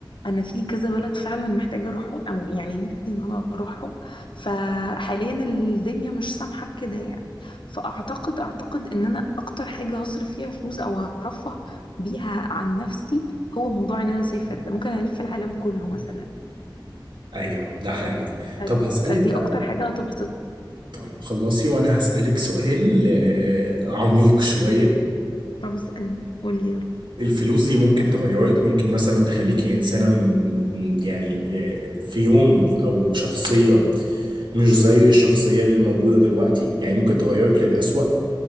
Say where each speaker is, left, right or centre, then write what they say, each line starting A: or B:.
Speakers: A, on the left; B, on the right.
A: أنا في كذا بلد فعلا محتاجة أروحهم أو يعني نفسي إن أنا أروحهم فحاليا الدنيا مش سامحة بكده يعني فأعتقد أعتقد إن أنا أكتر حاجة هصرف فيها فلوس أو هرفه بيها عن نفسي هو موضوع إن أنا أسافر ده ممكن ألف العالم كله مثلا
B: ايوه ده حقيقي
A: فد-
B: طب هسألك
A: فدي
B: بقى
A: أكتر حاجة هتبسط
B: طيب خلصي وانا هسألك سؤال آه، عميق شوية
A: طب اسألني قولي يلا
B: الفلوس دي ممكن تغيرك ممكن مثلا تخليكي إنسانة م- م- يعني آه، في يوم أو شخصية مش زي الشخصية اللي موجودة دلوقتي يعني ممكن تغيرك للأسوأ